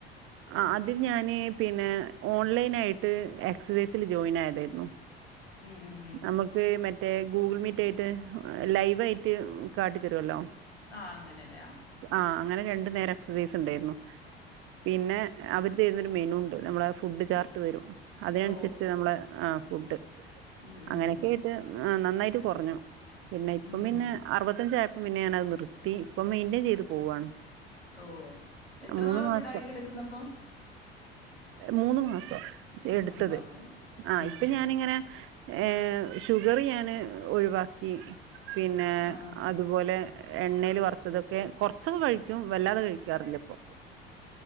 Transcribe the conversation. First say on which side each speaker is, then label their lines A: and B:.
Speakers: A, on the right (about 45°); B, on the left (about 85°).
A: ആഹ് അത് ഞാന് പിന്നെ ഓൺലൈൻ ആയി എക്സസൈസിൽ ജോയിൻ ആയതാ ഉം
B: ഉം ഉം ഉം
A: നമുക്ക് മറ്റേ ഗൂഗിൾ മീറ്റ് ആയിട്ട് ലൈവായിട്ട് കാട്ടി തരുമല്ലോ
B: ആ അങ്ങനെല്ലേ ആ
A: ആഹ് അങ്ങനെ രണ്ടു നേരം എക്സസൈസ് ഉണ്ടായിരുന്നു പിന്നെ അവര് തരുന്നൊരു മെനു ഉണ്ട് നമ്മളാ ഫുഡ് ചാർട്ട് തരും അതിനനുസരിച്ച്
B: ഓ
A: നമ്മള് ആഹ് ആഹ് ഫുഡ്
B: ഉം ഉം
A: അങ്ങനെയൊക്കെ
B: ഉം
A: ആയിട്ട് നന്നായിട്ട് കുറഞ്ഞു പിന്നെ ഇപ്പം
B: ഉം
A: പിന്നെ
B: ഉം
A: അറുപത്തഞ്ചായപ്പം പിന്നെയാണ് നിർത്തി ഇപ്പൊ മെയിന്റയിൻ ചെയ്ത് പോവാണ്
B: ഓ എത്ര
A: മൂന്ന്
B: നാളുണ്ട്
A: മാസം
B: ഡയറ്റ് എടുക്കുന്നപ്പം
A: മൂന്ന് മാസം എടുത്തത്
B: മൂന്ന് മാസം
A: ആഹ്
B: ഉം
A: ഇപ്പൊ ഞാനിങ്ങനെ ഏഹ് ഷുഗറിയാണ് ഒഴിവാക്കി പിന്നെ
B: ആ
A: അതുപോലെ എണ്ണെല് വറുത്തതൊക്കെ കുറച്ചൊക്കെ കഴിക്കും വല്ലാതെ കഴിക്കാറില്ല ഇപ്പൊ